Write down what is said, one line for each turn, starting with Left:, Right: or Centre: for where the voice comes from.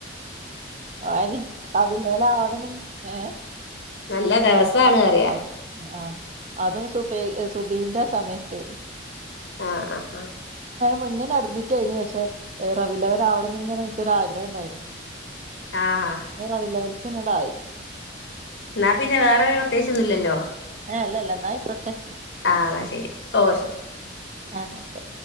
Right: <unintelligible> ഏ
Left: നല്ല ദിവസാണ് അറിയ
Right: ഉം ആ അതും സുബയ് സുബയ്ൻ്റെ ആ സമയത്തേയ്
Left: ആ ആ ആ
Right: മുന്നേന്നെ അഡ്മിറ്റേയിന് പക്ഷേ ഏ റബില്ലവലാവണംന്ന് ഇങ്ങനെ എനിക്കൊരു ആഗ്രഹം ഉണ്ടായിന്
Left: ആഹ്
Right: റബില്ലവ്വൽ കനടായി
Left: ന്നാ പിന്നെ വേറെ പ്രത്യാകിച്ചൊന്നുല്ലല്ലോ
Right: ഏഹ് അല്ലല്ല ന്നായിക്കോട്ടെ
Left: ആ ന്നാ ശരി ഓ ശരി
Right: ആ ഓക്കെ